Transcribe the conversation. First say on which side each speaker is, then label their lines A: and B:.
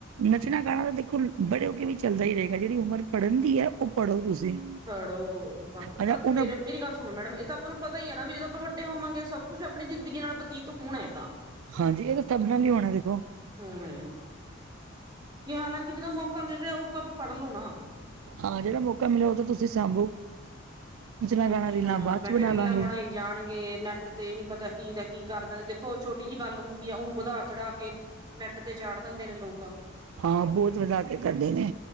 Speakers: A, on the right; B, on the right.
A: ਨੱਚਣਾ ਗਾਣਾ ਤਾਂ ਦੇਖੋ ਬੜੇ ਹੋ ਕੇ ਵੀ ਚੱਲਦਾ ਈ ਰਹੇਗਾ। ਜੇੜੀ ਉਮਰ ਪੜਨ ਦੀ ਐ ਉਹ ਪੜੋ ਤੁਸੀਂ।
B: ਪੜਓ ਬਾਕੀ
A: ਅੱਛਾ
B: ਪਤ
A: ਉਹਨਾਂ
B: ਮੇਰੇ ਮੇਰੀ ਗੱਲ ਸੁਣੋ ਮੈਡਮ ਇਹ ਤਾਂ ਤੁਆਨੂੰ ਪਤਾ ਈ ਐ ਨਾ ਵੀ ਜਦੋਂ ਆਪਾਂ ਵੱਡੇ ਹੋਵਾਂਗੇ ਸਭ ਕੁੱਛ ਅਪਣੀ ਜ਼ਿੰਦਗੀ ਨਾਲ ਬਤੀਤ ਹੋਣਾ ਏ ਤਾਂ।
A: ਹਾਂਜੀ, ਏਹ ਤਾਂ ਸਭ ਨਾਲ ਈ ਹੋਣਾ ਦੇਖੋ।
B: ਹੋਣਾ। ਕਿ ਹਾਲਾਂਕਿ ਜਦੋਂ ਮੌਕਾ ਮਿਲ ਰਿਆ ਉਹ ਤਬ ਪੜ ਲਉ ਨਾ।
A: ਹਾਂ, ਜੇੜਾ ਮੌਕਾ ਮਿਲਿਆ ਉਹ ਤਾਂ ਤੁਸੀ ਸਾਂਭੋ, ਨਚਨਾ,
B: ਹਾਂਜੀ
A: ਗਾਣਾ, ਰੀਲਾਂ
B: ਹਾਂ
A: ਬਾਦ
B: ਬੈਠੇ
A: ਚ ਬਣਾ
B: ਰੀਲਾਂ
A: ਲਾਂਗੇ।
B: ਬਣਾਈ ਜਾਣਗੇ ਨੈੱਟ ਤੇ ਨੀ ਪਤਾ ਕੀ ਦਾ ਕੀ ਕਰ ਦੇਣ, ਦੇਖੋ ਛੋਟੀ ਜੀ ਗੱਲ ਹੁੰਦੀ ਏ ਉਹਨੂੰ ਵਧਾ ਚੜਾ ਕੇ ਨੈੱਟ ਤੇ ਚਾੜ ਦਿੰਦੇ ਨੇ ਲੋਕ।
A: ਹਾਂ, ਬੌਤ ਵਧਾ ਕੇ ਕਰਦੇ ਨੇ